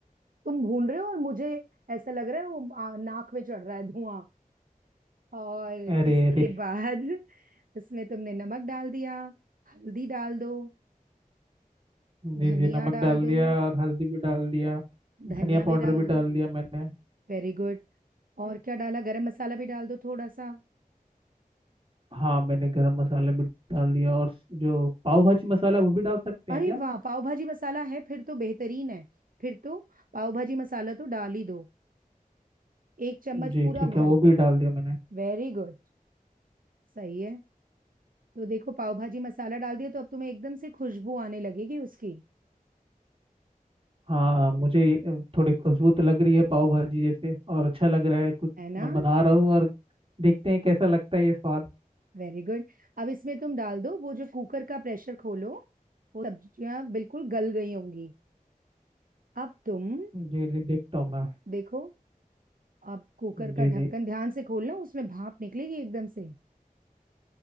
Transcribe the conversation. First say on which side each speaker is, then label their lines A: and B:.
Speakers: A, on the right; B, on the right.
A: तुम भून रहे हो और मुझे ऐसा लग रहा है वो आ, नाक में चढ़ रहा है धुआं और इसके
B: अरे अरे
A: बाद उसमें तुमने नमक डाल दिया हल्दी डाल दो
B: जी
A: धनिया
B: जी नमक
A: डाल
B: डाल
A: दो
B: दिया और हल्दी भी डाल दिया
A: धनिया
B: धनिया
A: भी
B: पाउडर
A: डाल
B: भी
A: दो
B: डाल दिया मैंने
A: Very good और क्या डाला गरम मसाला भी डाल दो थोड़ा सा
B: हाँ मैंने गरम मसाला भी डाल दिया और जो पाव भाजी मसाला वो भी डाल सकते
A: अरे
B: हैं क्या
A: वाह पाव भाजी मसाला है फिर तो बेहतरीन है फिर तो पाव भाजी मसाला तो डाल ही दो एक चम्मच
B: जी
A: पूरा
B: ठीक
A: भर
B: है वो
A: के
B: भी डाल दिया मैंने
A: वेरी गुड सही है तो देखो पाव भाजी मसाला डाल दिया तो अब तुम्हें एकदम से खुशबू आने लगेगी उसकी
B: हाँ मुझे ये, अ, थोड़ी खुशबू तो लग रही है पाव भाजी जैसे और अच्छा लग रहा है कुछ
A: है ना
B: मैं बना रहा हूँ और देखते हैं कैसा लगता है ये स्वाद
A: Very good अब इसमें तुम डाल दो वो जो कुकर का प्रेशर खोलो वो सब्जियां बिल्कुल गल गई होंगी अब तुम
B: जी जी देखता हूँ मैं
A: देखो अब कुकर
B: जी
A: का ढक्कन
B: जी
A: ध्यान से खोलना उसमें भाप निकलेगी एकदम से